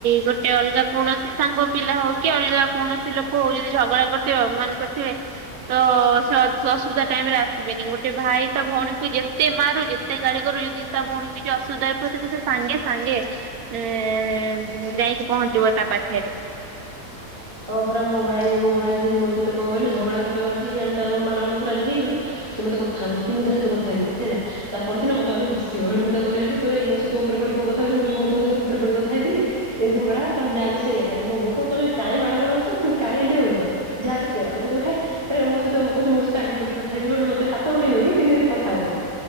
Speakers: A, on the right (about 70°); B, on the right (about 15°).
A: ଗୋ ସେ ଅଲଗା କୌଣସି ସାଙ୍ଗ ପିଲା ହଉ କି ଅଲଗା କୌଣସି ଲୋକ ହଉ ଯଦି ଝଗଡା କରିଥିବେ ଅଭିମାନ କରିଥିବେ। ତ ସ-ସ-ଅସୁବିଧା ଟାଇମ୍ ରେ ଆସିବେନି ଗୋଟେ ଭାଇ ତା ଭଉଣୀକୁ ଯେତେ ମାରୁ ଯେତେ ଗାଳି କରୁ ଯଦି ତା ଭଣଣୀ କିଛି ଅସୁବିଧାରେ ପଡିଥିବ ସେ ସାଙ୍ଗେ ସାଙ୍ଗେ ଏ, ଉଁ, ଯାଇକି ପହଞ୍ଚିବ ତା ପାଖରେ।
B: ହଁ ପରା ମୋ ଭାଇ ବି ମୋ ଭା ବି ସେମିତି ମୋ ସହିତ କଣ କହିଲ ଝଗଡା କରିଦବ ଆଜି ଆମେ ତାର ମୋର ମାଡଗୋଳ ଧର ଆଜି ହେଇଗଲୁ। ସିଏ ମୋତେ କଥା ହବନି କି ମୁଁ ତା ସହିତ କଥା ହେବିନି ହେଲା। ତା ପରଦିନ ମୋତେ ଅନେଇ ହସିବ। ସେଉଠୁ ମୁଁ ତାକୁ ଅନେଇବା ଯିବି କହିବ ଏଇ ମୋ ସହି ଉପରେ ପଡି କଣ କଥା ହଉଚୁ? ମୁଁ କହିଲି ମୁଁ ତ ସହିତ ଉପରେ ପଡି କଥା ହେଇଥିଲି। ଏମତି ଝଗଡା ହବ ତାପରେ ଯାହାକୁ ସେଇଆ। ସେଉଠୁ ମୋ ବୋଉ କହିବ ତୋମେ କାଇଁ ମାଡ ଗୋଳ ହଉଛ ପୁଣି କାହିଁ ଏମିତି ହଉଚ, ଯାହାକୁ ସେଇଆ। ମୋତେ କହିବ ହେ ଏ ମୋ ସହିତ କହୁଛି ମୋ ସହିତ ଆଗେ ପଡିକି କଥା ହେଇଯିବ, ସେଉଠୁ ମୋତେ ହାତ ଉଠେଇବନି କିନ୍ତୁ ଏମିତି କଥା ହବନି।